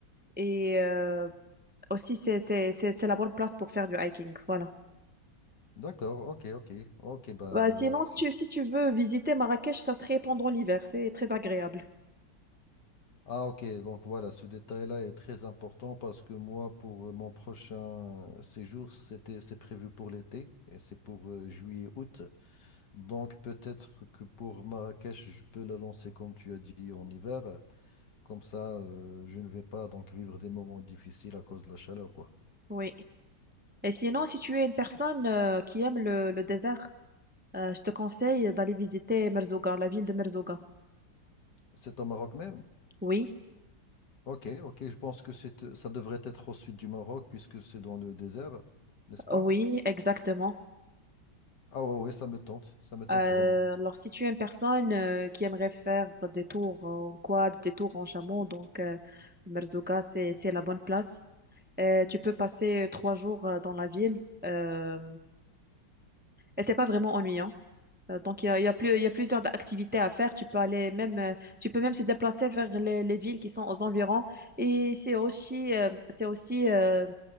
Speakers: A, in the centre; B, on the left.
A: Et euh, aussi, c'est c'est- c'est- c'est la bonne place pour faire du hiking. Voilà.
B: D'accord, ok, ok. Ok, ben. euh,
A: Bah, sinon, si
B: c'est-
A: tu, si tu veux visiter Marrakech, ça serait pendant l'hiver. C'est très agréable.
B: Ah, ok, donc voilà, ce détail-là est très important parce que moi, pour euh, mon prochain séjour, c'était, c'est prévu pour l'été et c'est pour euh, juillet-août. Donc, peut-être que pour Marrakech, je peux la lancer, comme tu as dit, en hiver. Comme ça, euh, je ne vais pas donc vivre des moments difficiles à cause de la chaleur, quoi.
A: Oui. Et sinon, si tu es une personne euh, qui aime le, le désert, euh, je te conseille d'aller visiter Merzouga, la ville de Merzouga.
B: C'est au Maroc même?
A: Oui,
B: Ok, ok, je pense que c'est, ça devrait être au sud du Maroc puisque c'est dans le désert, n'est-ce pas?
A: oui, exactement.
B: Ah ouais, ouais, ça me tente, ça me tente
A: Euh,
B: vraiment.
A: alors, si tu es une personne euh, qui aimerait faire des tours en quad, des tours en chameau, donc euh, Merzouga, c'est, c'est la bonne place. Euh, tu peux passer euh, trois jours euh, dans la ville euh, et c'est pas vraiment ennuyant. Euh, donc, il y a, il y a plus, il y a plusieurs activités à faire. Tu peux aller même, euh, tu peux même se déplacer vers les, les villes qui sont aux environs et c'est aussi, euh, c'est aussi euh,